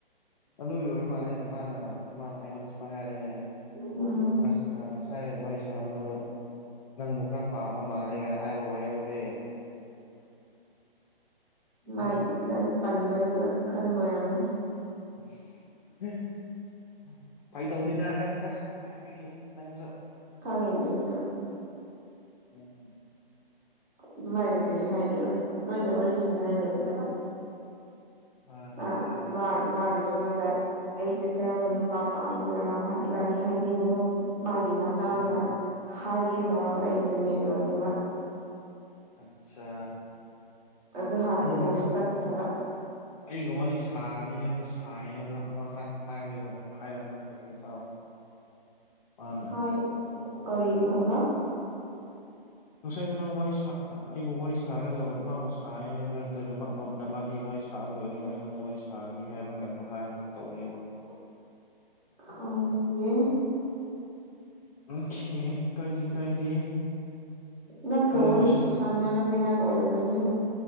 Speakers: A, on the left; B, on the right.
A: ꯑꯗꯨꯒꯤ ꯑꯣꯏꯕ ꯃꯥꯜꯂꯦꯅꯦ ꯃꯥꯅ ꯃꯥꯅ ꯑꯩꯉꯣꯟꯗ ꯁꯨꯃꯥꯏ ꯍꯥꯏꯔꯛꯑꯦ
B: ꯎꯝ
A: ꯑꯁ ꯑ ꯉꯁꯥꯏ ꯋꯥꯔꯤ ꯁꯥꯔꯝꯕꯗꯣ ꯅꯪꯕꯨ ꯈꯔ ꯄꯥꯝꯕ ꯃꯥꯜꯂꯦ ꯀꯥꯏꯅ ꯍꯥꯏꯕ ꯋꯥꯔꯦ ꯅꯪꯗꯤ
B: ꯃꯥꯏ
A: ꯎꯝ
B: ꯅꯪ ꯄꯟꯕꯗꯨꯗ ꯈꯟꯕ ꯑꯣꯏꯔꯝꯃꯅꯤ
A: ꯑꯁ ꯑ ꯐꯒꯤ ꯇꯧꯕꯅꯤꯗ ꯍꯥꯏꯗꯦꯗ ꯀꯥꯏꯗꯒꯤ ꯅꯪꯁꯨ
B: ꯈꯪꯉꯦꯗ ꯑꯩꯁꯨ
A: ꯎꯝ
B: ꯑꯗꯨꯃꯥꯏꯅ ꯀꯔꯤ ꯍꯥꯏꯒꯦꯔꯣ ꯂꯣꯏꯅ ꯋꯥꯔꯤ ꯁꯥꯟꯅꯔ ꯂꯩꯕꯗꯨꯕꯨ
A: ꯃꯥꯅꯦ
B: ꯃꯥ
A: ꯃꯥꯅꯦ
B: ꯃꯥ
A: ꯃꯥꯅꯦ
B: ꯃꯥꯒꯁꯨ ꯉꯁꯥꯥꯏ ꯑꯩꯁꯦ ꯀꯔꯝꯕ ꯅꯨꯄꯥ ꯄꯥꯝꯕ꯭ꯔꯥ ꯍꯥꯏ ꯏꯕꯥꯅꯤ ꯍꯥꯏꯅꯩꯌꯦꯕꯀꯣ ꯃꯥꯒꯤ
A: ꯑꯠꯆꯥ
B: ꯃꯇꯥꯡꯗ ꯍꯥꯏꯒꯦ ꯇꯧꯔꯒ ꯑꯩꯗꯣ ꯅꯦꯠ ꯂꯣꯏꯒ꯭ꯔꯕ
A: ꯑꯠ ꯁꯥ
B: ꯑꯗꯨ ꯍꯥꯟꯅ
A: ꯑꯗꯨꯒ
B: ꯀꯣꯜꯁꯨ
A: ꯅꯪ
B: ꯇꯠꯈ꯭ꯔꯕ
A: ꯑꯩꯒ ꯋꯥꯔꯤ ꯁꯥꯒꯅꯤ ꯍꯥꯏꯕ꯭ꯔꯥ ꯁꯥꯏ ꯍꯥꯏꯕ꯭ꯔꯥ ꯑꯃ ꯍꯥꯏ ꯍꯥꯏꯔꯒ ꯍꯥꯏꯔꯝꯗꯕ ꯏꯇꯥꯎ ꯃꯥꯅ
B: ꯍꯥꯏ ꯀꯔꯤ ꯍꯥꯏꯕ
A: ꯉꯁꯥꯏꯗꯣ ꯅꯪ ꯋꯥꯔꯤ ꯁꯥ ꯑꯩꯕꯨ ꯋꯥꯔꯤ ꯁꯥꯔꯒ ꯃꯥꯕꯨ ꯁꯥꯏ ꯍꯥꯏꯕ꯭ꯔꯥ ꯅꯠꯇ꯭ꯔꯒ ꯃ ꯅꯕꯥꯟꯅꯤ ꯋꯥꯔꯤ ꯋꯥꯔꯤ ꯁꯥꯕ ꯂꯣꯏꯔꯒ ꯑꯩꯉꯣꯟꯗ ꯋꯥꯔꯤ ꯁꯥꯒꯅꯤ ꯍꯥꯏꯕ꯭ꯔꯥ ꯀꯩꯅꯣꯝꯃ ꯍꯥꯏꯕꯒꯨꯝ ꯇꯧꯕꯅꯦꯕ
B: ꯎ ꯈꯪꯗꯦ
A: ꯎꯪꯈꯦ ꯀꯥꯏꯗꯦ ꯀꯥꯏꯗꯦ
B: ꯅꯪꯒ
A: ꯑꯗꯨꯗꯤ
B: ꯋꯥꯔꯤ
A: ꯀꯣꯏꯁꯟ
B: ꯁꯥꯟꯅꯔꯝꯃꯦ ꯍꯥꯏꯕ ꯑꯣꯏꯔꯝꯒꯅꯤꯍꯦ